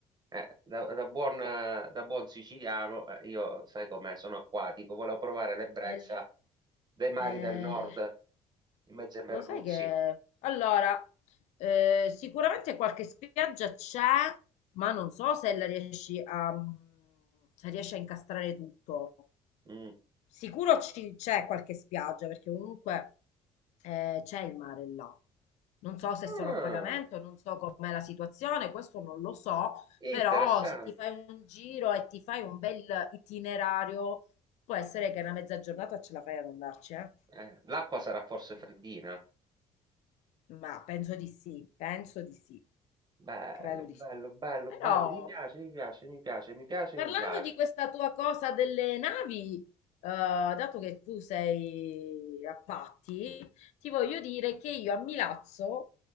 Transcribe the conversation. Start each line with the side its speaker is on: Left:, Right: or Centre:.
Right: eh, da, da buon, eh, da buon siciliano, eh, io sai com'è, sono acquatico, volevo provare l'ebbrezza
Left: Eh, lo-
Right: dei mari
Left: eh.
Right: del nord, in mezzo ai merluzzi.
Left: Lo sai che... Allora, eh, sicuramente qualche spiaggia c'è, ma non so se la riesci a, mm, se riesci a incastrare tutto.
Right: Mm.
Left: Sicuro ci- c'è qualche spiaggia, perché comunque eh, c'è il mare là. Non so se
Right: Ah,
Left: sono a pagamento, non so com'è la situazione, questo non lo so,
Right: interessante.
Left: però se ti fai un giro e ti fai un bel itinerario, può essere che una mezza giornata ce la fai ad andarci, eh?
Right: Eh, l'acqua sarà forse
Left: Perché
Right: freddina?
Left: no? Ma penso di sì, penso di sì,
Right: Bello,
Left: credo
Right: bello,
Left: di sì.
Right: bello,
Left: Però
Right: bello, mi piace, mi piace, mi piace, mi piace,
Left: parlando
Right: mi piace.
Left: di questa tua cosa delle navi, eh, dato che tu sei a Patti, ti voglio dire che io a Milazzo